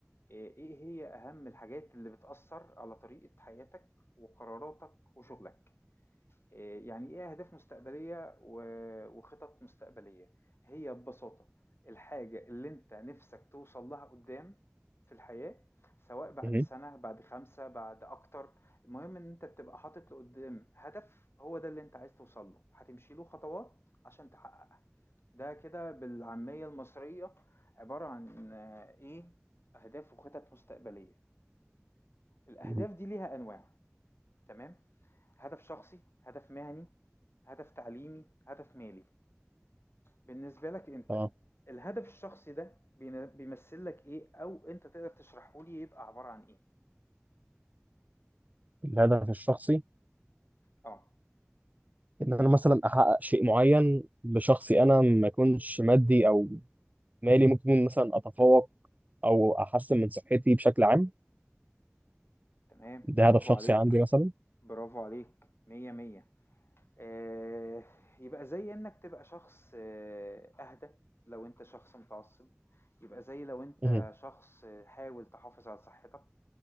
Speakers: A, on the left; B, on the right.
A: إيه هي أهم الحاجات اللي بتأثّر على طريقة حياتك وقراراتك وشغلك؟ آه، يعني إيه أهداف مستقبلية و- وخطط مستقبلية؟ هي ببساطة الحاجة اللي أنت نفسك توصل لها قدام في الحياة سواء بعد
B: مهم.
A: سنة بعد خمسة بعد أكتر المهم إن أنت تبقى حاطط لقدام هدف هو ده اللي أنت عايز توصل له هتمشي له خطوات عشان تحققها ده كده بالعامية المصرية عبارة عن آه، إيه أهداف وخطط مستقبلية الأهداف
B: مهم.
A: دي ليها أنواع تمام هدف شخصي، هدف مهني، هدف تعليمي، هدف مالي بالنسبة لك انت
B: اه
A: الهدف الشخصي ده بين- بيمثل لك ايه او انت تقدر تشرحه لي يبقى عبارة عن ايه
B: الهدف الشخصي
A: اه
B: ان انا مثلا احقق شيء معين بشخصي انا ما يكونش مادي او مالي ممكن يكون مثلا اتفوق او احسن من صحتي بشكل عام
A: تمام
B: ده
A: برافو
B: هدف شخصي
A: عليك
B: عندي مثلا
A: برافو عليك مية مية آه يبقى زي انك تبقى شخص آه اهدى لو انت شخص متعصب يبقى زي لو انت
B: مهم.
A: شخص حاول تحافظ على صحتك